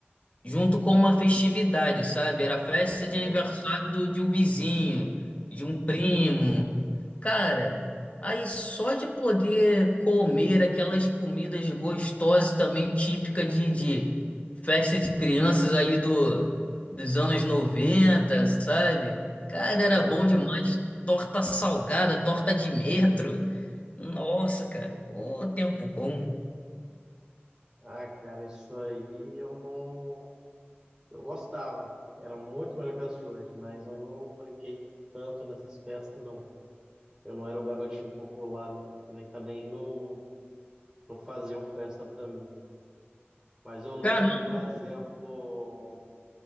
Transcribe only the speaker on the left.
junto com uma festividade, sabe? Era festa
de aniversário do, de um vizinho, de um primo. Cara, aí só de poder comer aquelas comidas gostosas também, típica de, de festa de crianças ali do, dos anos 90, sabe? Cara, era
bom demais. Torta salgada, torta de metro. Nossa, cara, ô tempo bom.
Caramba.